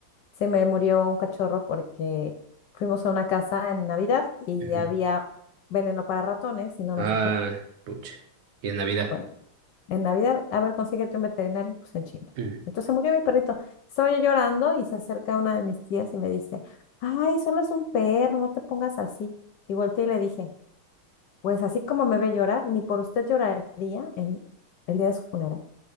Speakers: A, on the left; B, on the right.
A: Se me murió un cachorro porque fuimos a una casa en Navidad y
B: Ujú.
A: había veneno para ratones y no
B: Ah,
A: nos dijeron.
B: pucha. Y en Navidad.
A: Bueno, en Navidad, a ver, consíguete un veterinario, pues en China.
B: Ujú.
A: Entonces se murió mi perrito. Estaba yo llorando y se acerca una de mis tías y me dice, ay, solo es un perro, no te pongas así. Y volteé y le dije, pues así como me ve llorar, ni por usted lloraría en el día de su funeral.